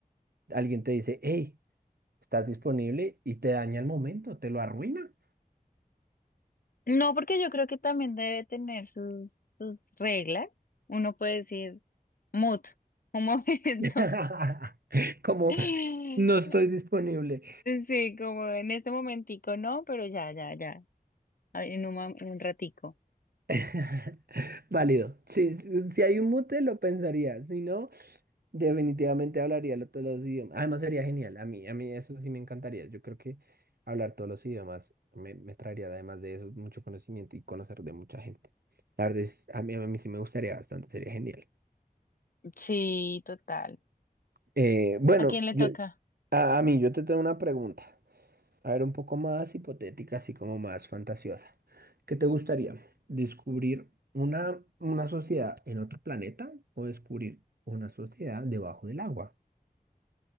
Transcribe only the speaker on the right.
alguien te dice, hey. estás disponible y te daña el momento, te lo arruina.
<laughs> Como
no estoy disponible.
<laughs> Válido. Sí, Si, si hay un mute, lo pensaría. Si no, definitivamente hablaría lo- todos los idiomas. Además, sería genial. A mí, a mí eso sí me encantaría. Yo creo que hablar todos los idiomas me, me traería, además de eso, mucho conocimiento y conocer de mucha gente. La verdad es, a mí, a mí sí me gustaría bastante. Sería genial.
Eh, bueno,
yo,
a, a mí, yo te tengo una pregunta. A ver, un poco más hipotética, así como más fantasiosa. ¿Qué te gustaría? ¿Descubrir una, una sociedad en otro planeta o descubrir una sociedad debajo del agua?